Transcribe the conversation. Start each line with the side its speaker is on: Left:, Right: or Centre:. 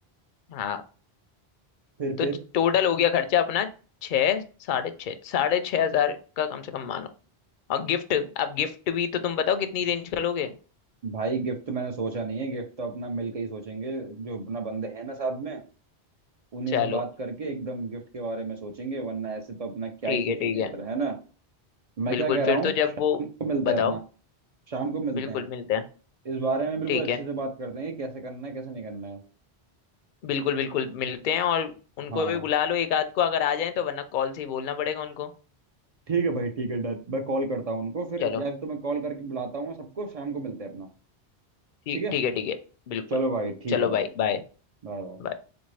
Left: हाँ
Right: फिर
Left: तो
Right: फिर
Left: टोटल हो गया खर्चा अपना छः साढ़े छः साढ़े छः हजार का कम से कम मानो और गिफ्ट अब गिफ्ट भी तो तुम बताओ कितनी रेंज का लोगे
Right: भाई गिफ्ट तो मैंने सोचा नहीं है गिफ्ट तो अपना मिल के ही सोचेंगे जो अपना बंदे हैं ना साथ में उन्हीं
Left: चलो
Right: से बात करके एकदम गिफ्ट के बारे में सोचेंगे वरना ऐसे तो अपना क्या
Left: ठीक
Right: ही सोचेंगे
Left: है ठीक है
Right: यार है ना मैं
Left: बिल्कुल
Right: क्या कह रहा
Left: फिर
Right: हूँ
Left: तो जब
Right: शाम
Left: वो
Right: को मिलते
Left: बताओ
Right: हैं अपना शाम को मिलते
Left: बिल्कुल
Right: हैं
Left: मिलते हैं
Right: इस बारे में बिल्कुल
Left: ठीक
Right: अच्छे
Left: है
Right: से बात करते हैं कि कैसे करना है कैसे नहीं करना है
Left: बिल्कुल बिल्कुल मिलते हैं और उनको
Right: हाँ
Left: भी बुला लो एक आध को अगर आ जाए तो वरना कॉल से ही बोलना पड़ेगा उनको
Right: ठीक है भाई ठीक है डन मैं कॉल करता हूँ उनको फिर
Left: चलो
Right: या फिर तो मैं कॉल करके बुलाता हूँ सबको शाम को मिलते हैं अपना
Left: ठीक
Right: ठीक है
Left: ठीक है ठीक है बिल्कुल
Right: चलो भाई ठीक
Left: चलो
Right: है
Left: भाई
Right: बाय
Left: बाय
Right: Bye bye
Left: बाय